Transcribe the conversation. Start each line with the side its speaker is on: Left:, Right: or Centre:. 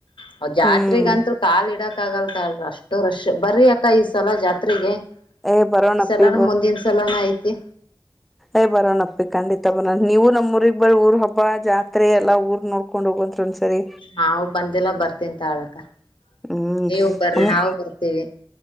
Left: ಅವ ಜಾತ್ರೆಗಂತರು
Centre: ಹ್ಮ್
Left: ಕಾಲ್ ಇಡಕ್ ಆಗಲ್ ಅಲ್ ಅಷ್ಟು ರಶ್ ಬರಿ ಅಕ್ಕ ಈ ಸಲ ಜಾತ್ರೆಗೆ.
Centre: ಏ ಬರೋಣಪ್ಪಿ
Left: ಈ ಸಲಾನ ಮುಂದಿನ ಸಲಾನ ಐತಿ
Centre: ಯ್ ಬರನ್ಪ್ಪಿ ಖಂಡಿತ ಬರ ನೀವು ನಮ್ಮೂಊರಿಗೆ ಬರೀ ಊರ್ ಹಬ್ಬಾ ಜಾತ್ರೆ ಎಲ್ಲಾ ಊರ್ ನೋಡ್ ಹುಡುಕ ಕೊಂಡ ಹೋಗದರಲ್ಲಿ ಸರಿ.
Left: ನಾವು ಬಂದಿಲ್ಲ ಬರತೀನಿ ತಾಳ ಅಕ್ಕಾ
Centre: ಹ್ಮ್
Left: ನೀವು ಬರ್ರಿ ನಾವು ಬರ್ತೀವಿ.